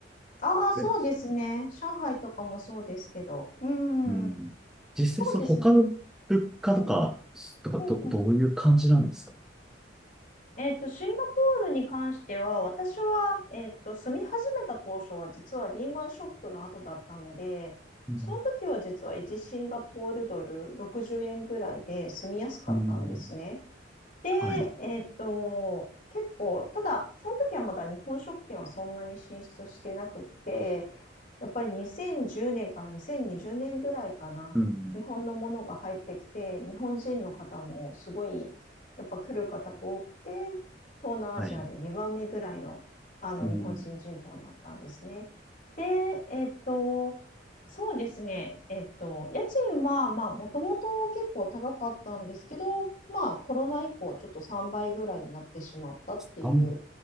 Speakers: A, on the left; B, in the centre.
A: ああ、そうですね。
B: で
A: 上海とかもそうですけど。うん。
B: うん。実際、
A: そうですね。
B: そう他の物価とか、
A: うん。
B: とかど、
A: うんうん。
B: どういう感じなんですか
A: えっと、シンガポールに関しては、私は、えっと、住み始めた当初は、実はリーマンショックの後だったので、
B: うん。
A: その時は実は1シンガポールドル60円ぐらいで住みやすかったんですね。
B: うん
A: で、
B: はい。
A: えっと、結構、ただ、その時はまだ日本食店はそんなに進出してなくって、やっぱり2010年から2020年ぐらいかな、
B: うん。
A: 日本のものが入ってきて、日本人の方もすごい、やっぱ来る方が多くて、東南アジアで2番目ぐらいの、
B: はい。
A: あの日本人人口になったんですね。
B: うん。
A: で、えっと、そうですね。えっと、家賃は、まあ、もともと結構高かったんですけど、まあ、コロナ以降、ちょっと3倍ぐらいになってしまったっていう
B: あん、